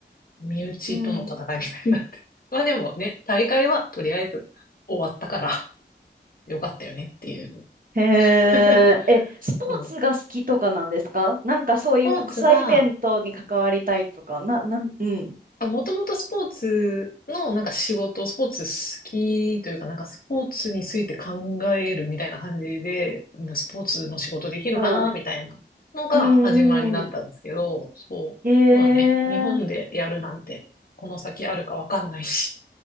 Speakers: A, on the left; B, on the right.
A: う、身内との戦いみたいになって。
B: ん。
A: <laughs> まあでもね、大会はとりあえず終わったからよかったよねっていう。
B: へえ、
A: <laughs>
B: え、スポーツが好きとかなんですかなんかそういう国際イベントに関わりたいとか、
A: そう。スポーツが、
B: な、なん、うん。
A: あ、もともとスポーツのなんか仕事、スポーツ好きというかなんかスポーツについて考えるみたいな感じで、スポーツの仕事できるかなみたいなのが始まりだったんですけど、
B: うん。うん、うん。
A: そう。
B: へえ、
A: まあね、日本でやるなんてこの先あるかわかんないし、